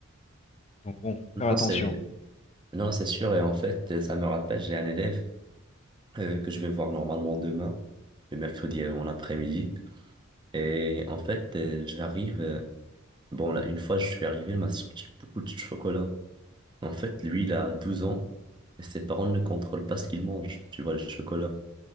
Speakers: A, on the left; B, on the right.
A: Donc bon, faut faire attention.
B: Non, c'est non, c'est sûr. Et en fait, euh, ça me rappelle, j'ai un élève euh, que je vais voir normalement demain, le mercredi en après-midi. Et en fait, euh, j'arrive. euh, Bon, là, une fois, je suis arrivé, il m'a sorti beaucoup de chocolat. En fait, lui, il a 12 ans et ses parents ne contrôlent pas ce qu'il mange. Tu vois, le chocolat.